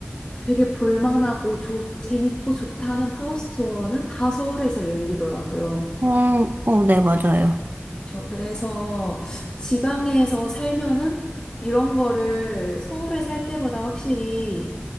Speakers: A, on the left; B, on the right.
A: 되게 볼만하고 조, 재밌고 좋다는 파워스토어는 다 서울에서 열리더라고요.
B: 음, 어, 네, 맞아요.
A: 저 그래서 지방에서 살면은 이런 거를 서울에 살 때보다 확실히